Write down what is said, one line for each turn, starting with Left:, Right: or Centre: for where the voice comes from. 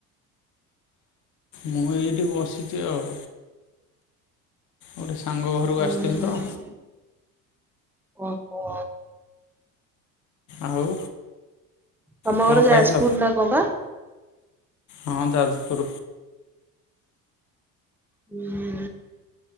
Left: ମୁଁ ଏଇଠି ବସିଚି ଆଉ। ଗୋଟେ ସାଙ୍ଗ ଘରକୁ
Centre: ହୁଁ
Left: ଆସଥିଲି
Centre: ହୁଁ।
Left: ତ।
Centre: ଓହୋ।
Left: ଆଉ।
Centre: ତମ
Left: କଣ
Centre: ଘର ଯାଜପୁର
Left: ଖାଇଥିଲ?
Centre: ନା କଁ ବା?
Left: ହଁ, ଯାଜପୁର।
Centre: ହୁଁ,